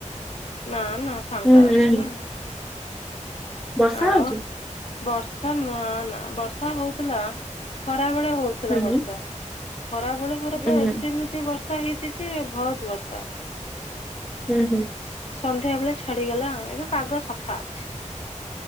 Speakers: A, on the left; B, in the centre.
A: ନା ନା ଫାଙ୍କା
B: ହୁଁ ହୁଁ
A: ଅଛି
B: ହୁଁ
A: ନା।
B: ବର୍ଷା
A: ଆଉ
B: ହଉଛି?
A: ବର୍ଷା ନା ନା ବର୍ଷା ହଉଥିଲା ଖରାବଳେ ହଉ ଥିଲା
B: ହୁଁ ହୁଁ
A: ବର୍ଷା ଖରାବଳେ ପୁରା
B: ହୁଁ
A: ତ
B: ହୁଁ
A: ଏଠି ଏମିତି ବର୍ଷା ହେଇଚି ଯେ ବହୁତ୍ ବର୍ଷା।
B: ହୁଁ ହୁଁ।
A: ସନ୍ଧ୍ୟାବଳେ ଛାଡିଗଲା ଏବେ ପାଗ ସଫା ଅଛି।